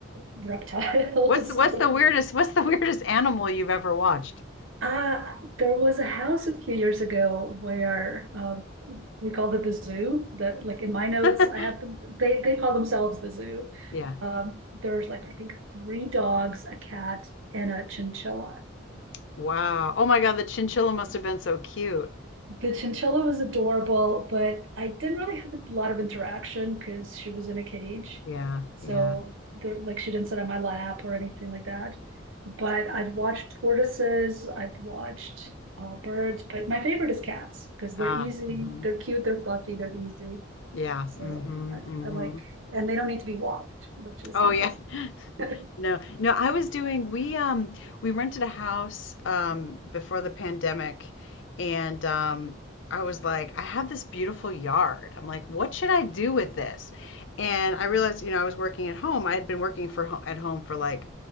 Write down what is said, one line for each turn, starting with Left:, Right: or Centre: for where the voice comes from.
Right: reptiles.
Left: What's what's
Right: <laughs>
Left: the weirdest what's the weirdest animal you've ever watched?
Right: Uh, there was a house a few years ago where um, we called it the zoo. That like in my notes,
Left: Uh-huh.
Right: I
Left: <laughs>
Right: have them, they they call themselves the zoo.
Left: Yeah.
Right: Um, there's like I think three dogs, a cat, and a chinchilla.
Left: Wow. Oh my God, the chinchilla must have been so cute.
Right: The chinchilla was adorable, but I didn't really have a lot of interaction because she was in a cage.
Left: Yeah,
Right: So
Left: yeah.
Right: there, like she didn't sit on my lap or anything like that. But I've watched tortoises, I've watched uh, birds, but my favorite is cats because
Left: Ah,
Right: they're easy,
Left: mhm.
Right: they're cute, they're fluffy, they're easy.
Left: Yeah.
Right: So
Left: Mhm,
Right: I,
Left: mhm.
Right: I like, and they don't need to be walked, which is
Left: Oh
Right: nice.
Left: yeah. <laughs>
Right: <laughs>
Left: No, no, I was doing we um we rented a house um before the pandemic and um I was like, I have this beautiful yard. I'm like, what should I do with this? And I realized, you know, I was working at home. I had been working for ho at home for like